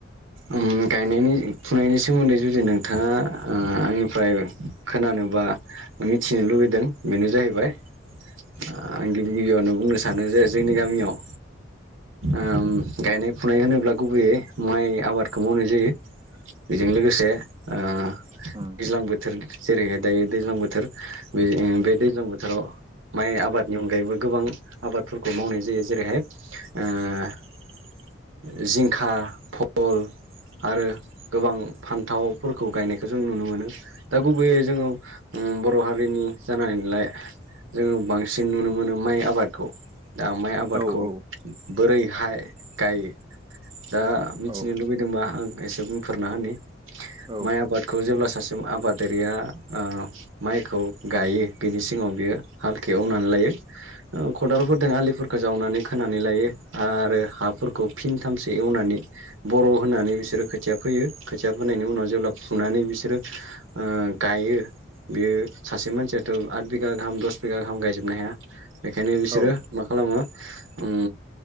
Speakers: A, on the right; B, on the right.
A: ओम गायनायनि फुनायनि सोमोन्दै जुदि नोंथाङा ओ आंनिफ्राय खोनानोबा मिथिनो लुुबैदों बेनो जाहैबाय आं गिबि गिबियावनो बुंनो सानो जे जोंनि गामियाव ओम गायनाय फुनाय होनोब्ला गुबैयै माइ आबादखौ मावनाय जायो बेजों लोगोसे ओ
B: उम
A: दैज्लां बोथोर जेरैहाय दायो दैज्लां बोथोर बे बे दैज्लां बोथोराव माइ आबादनि अनगायैबो गोबां आबादफोरखौ मावनाय जायो जेरैहाय ओ जिंखा फल आरो गोबां फान्थावफोरखौ गायनायखौ जों नुनो मोनो दा गुबैयै जोङो ओम बर' हारि रिनि जानानैलाय जोङो बांसिन नुनो मोनो माइ आबादखौ दा माइ आबादखौ
B: औ औ
A: बोरैहाय गायो दा मिथिनो
B: औ
A: लुबै दोंबा आं एसे बुंफोरना होननि
B: औ
A: माइ आबाद खौ जेब्ला सासे आबादारिया ओ माइखौ गायो बिनि सिगाङाव बियो हालखो एवनानै लायो खदालफोरजों आलिफोरखौ जावनानै खोनानानै लायो आरो हाफोरखौ फिनथामसो एवनानै बर' होननानै बिसोर खोथिया फोयो खोथिया फोनायनि उनाव जेब्ला फुनानै बिसोरो ओ गायो बियो सासे मानसियाथ' आत बिगा गाहाम दष बिगा गाहाम गायजोबनो हाया बेखायनो बिसोरो
B: औ
A: मा खालामो ओम